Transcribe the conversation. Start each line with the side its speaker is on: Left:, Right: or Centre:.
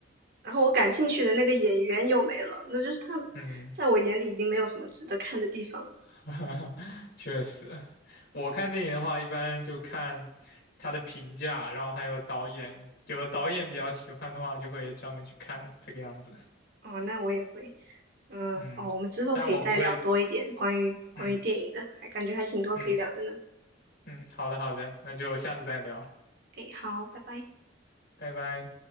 Right: 然后我感兴趣的那个演员又没了，那就是他
Left: 嗯。
Right: 在我眼里已经没有什么值得看的地方了。
Left: <laughs> 哈哈，<laughs> 确实，我看电影的话，一般就看他的评价，然后还有导演，有的导演比较喜欢的话，就会专门去看这个样子。
Right: 哦，那我也会。嗯，
Left: 嗯，
Right: 哦，我们之后可以再聊多一点关于关于电影的，
Left: 但我不会，嗯
Right: 还感觉还挺多可以聊的呢。
Left: 嗯嗯，好的好的，那就下次再聊，
Right: 诶，好，拜拜。
Left: 拜拜。